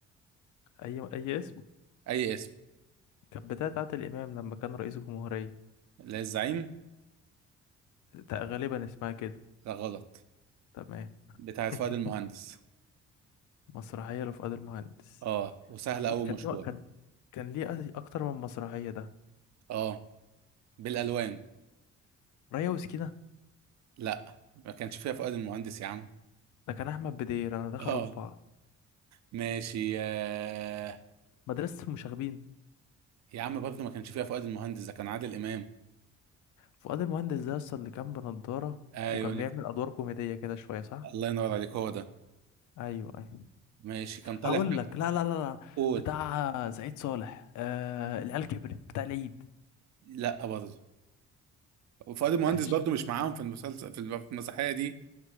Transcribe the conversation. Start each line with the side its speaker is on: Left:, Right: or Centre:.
Left: اي اي اسم
Right: اي اسم
Left: كانت بتاعت عادل امام لما كان رئيس الجمهوريه
Right: لا الزعيم
Left: تق- غالبا اسمها كده
Right: لا غلط
Left: تمام
Right: بتاعت
Left: <laughs>
Right: فؤاد المهندس
Left: مسرحيه لفؤاد المهندس
Right: اه وسهلة أوي
Left: كان
Right: مشهور
Left: ليه كان كان ليه أكتر من مسرحيه ده
Right: اه بالالوان
Left: ريا وسكينة
Right: لا ما كانش فيها فؤاد المهندس يا عم
Left: ده كان أحمد بدير أنا دخلوا
Right: <laughs> اه
Left: في بعض
Right: ماشي آه.
Left: مدرسة المشاغبين
Right: يا عم برضه ما كانش فيها فؤاد المهندس ده كان عادل امام
Left: فؤاد المهندس ده أصلا اللي كان بنضارة
Right: ايوه
Left: وكان
Right: لك
Left: بيعمل أدوار كوميدية كده شوية صح؟
Right: الله ينور عليك هو ده
Left: أيوه أيوه
Right: ماشي كان طالع
Left: هقول
Right: في-
Left: لك لا لا لا لا
Right: قول
Left: بتاع سعيد صالح آه العيال كبرت بتاع العيد
Right: لا برضه فؤاد المهندس
Left: ماشي
Right: برضه مش معاهم في المسلسل في المسرحية دي